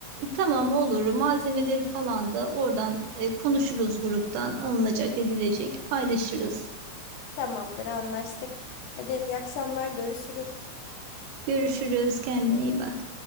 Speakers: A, on the right; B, on the left.
A: tamam olur malzemeleri falan da oradan e, konuşuruz gruptan alınacak edilecek paylaşırız.
B: Tamamdır anlaştık. Hadi iyi akşamlar görüşürüz.
A: Görüşürüz kendine iyi bak.